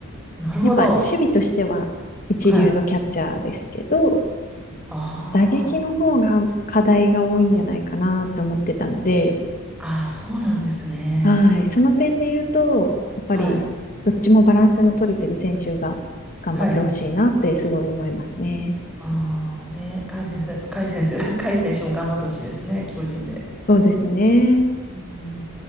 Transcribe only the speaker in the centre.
なるほど。
はい。あ
あ、ああ、そうなんですね。
はい。はい。ああ、ね、甲斐先生、甲斐先生、<laughs> 甲斐選手も頑張ってほしいですね、巨人で。
うん